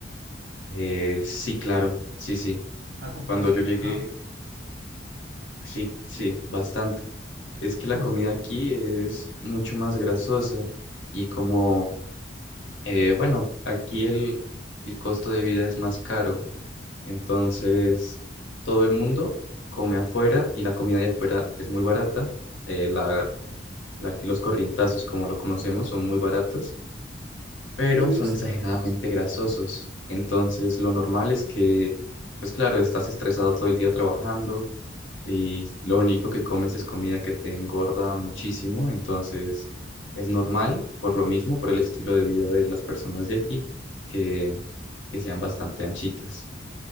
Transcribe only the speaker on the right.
A comparación
de acá,
<laughs>
yo he
visto,